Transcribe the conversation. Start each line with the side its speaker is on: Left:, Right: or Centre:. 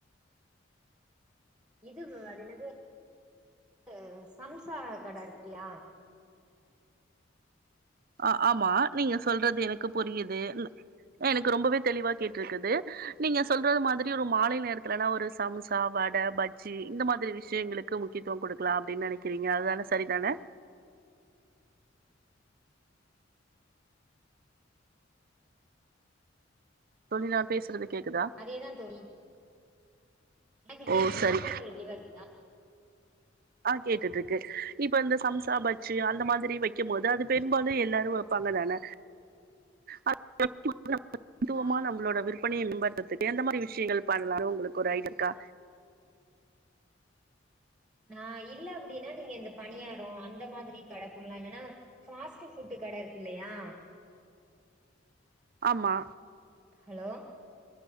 Centre: இதுவ் அது என்னது அ சம்சா கட இருக்குல்ல
Right: அ ஆமா நீங்க சொல்றது எனக்கு புரியுது ம் எனக்கு ரொம்பவே தெளிவா கேட்ருக்குது நீங்க சொல்றது மாதிரி ஒரு மாலை நேரத்துலலா ஒரு சம்சா வட பஜ்ஜி இந்த மாதிரி விஷயங்களுக்கு முக்கியத்துவ குடுக்கலா அப்டின் நெனைக்கிறீங்க அதுதான சரிதான தோழி நா பேசுறது கேக்குதா
Centre: அதேதா தோழி எனக்கு
Right: ஓ
Centre: கேக்குது
Right: சரி
Centre: நா பேசுறது உங்களுக்கு க்ளியரா கேக்க்குதா
Right: ஆ கேட்டுட்ருக்கு இப்ப இந்த சம்சா பஜ்ஜி அந்த மாதிரி வைக்கும் போது அது பெரும்பாலு எல்லாரு வ ப்பாங்க தான அ <unintelligible>
Centre: ஆ
Right: நம்ளோட விருப் <unintelligible> எந்த மாரி விஷ்யங்கள் பண்ணலானு உங்களுக்கு ஒரு ஐட் இருக்கா
Centre: நா இல்ல அப்டின்னா நீங்க இந்த பணியாரோ அந்த மாதிரி கட போட்லா இல்லன்னா ஃபாஸ்ட் ஃபுட்டு் கட இருக்கு இல்லயா
Right: ஆமா
Centre: ஹலோ